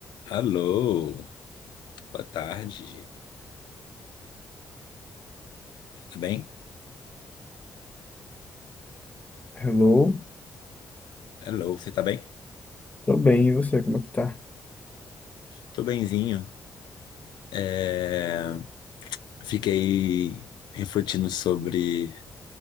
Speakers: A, on the left (about 70°); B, on the left (about 20°).
A: Alô, boa tarde. Tudo bem?
B: Hello,
A: Alô, você tá bem?
B: tô bem, e você, como é que tá?
A: Tô benzinho. É, Fiquei refletindo sobre